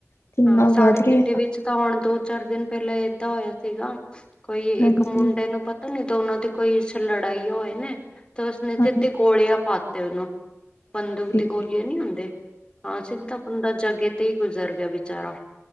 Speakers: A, on the left; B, on the left.
A: ਕਿੰਨਾ
B: ਹਾਂ ਸਾਡੇ
A: ਵੱਧ ਰਿਹਾ।
B: ਸਿਟੀ ਵਿੱਚ ਤਾਂ ਹੁਣ ਦੋ -ਚਾਰ ਦਿਨ ਪਹਿਲਾਂ ਏਦਾਂ ਹੋਇਆ ਸੀਗਾ, ਕੋਈ
A: ਹਾਂਜੀ
B: ਇੱਕ ਮੁੰਡੇ ਨੂੰ ਪ ਤਾ ਨਹੀਂ ਦੋਨੋ ਦੀ ਕੋਈ ਇਸ ਲੜਾਈ ਹੋਏ ਨੇ, ਤੇ ਉਸਨੇ
A: ਹਾਂਜੀ
B: ਸਿੱਧੇ ਗੋਲੀਆਂ ਪਾਤੇ ਉਹਨੂੰ। ਬੰਦੂਕ
A: ਫੇਰ
B: ਦੀ ਗੋਲੀਆਂ ਨੀ ਹੁੰਦੇ, ਹਾਂ ਸਿੱਧਾ ਬੰਦਾ ਜਗੇ ਤੇ ਹੀ ਗੁਜ਼ਰ ਗਿਆ ਵਿਚਾਰਾ।